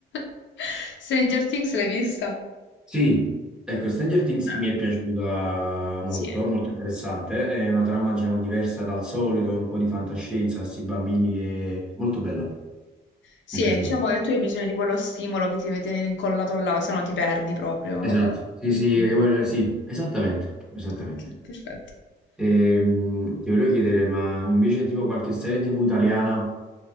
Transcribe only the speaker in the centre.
Sì, ecco, Stranger Things
mi è piaciuta molto,
molto interessante, è una trama, diciamo, diversa dal solito, un po' di fantascienza, questi bambini che... molto bella, mi
è piaciuta.
Esatto, sì, sì,
eh, sì, esattamente, esattamente.
Ehm, ti volevo chiedere, ma invece tipo qualche serie TV italiana